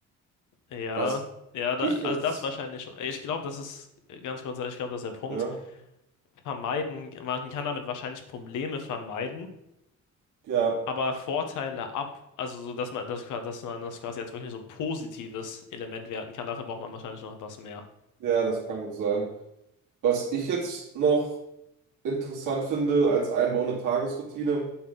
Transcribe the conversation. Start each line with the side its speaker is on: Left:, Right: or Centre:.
Left: Ja,
Right: Was
Left: ja, da,
Right: ich jetzt,
Left: also das wahrscheinlich schon. Ich glaube, das ist äh, ganz kurz, ich glaube, das ist der Punkt.
Right: ja,
Left: Vermeiden, man kann damit wahrscheinlich Probleme vermeiden,
Right: ja,
Left: aber Vorteile ab, also so, dass man das, dass man das quasi als wirklich so positives Element werten kann, dafür braucht man wahrscheinlich noch etwas mehr.
Right: ja, das kann gut sein. Was ich jetzt noch interessant finde als einbauende Tagesroutine.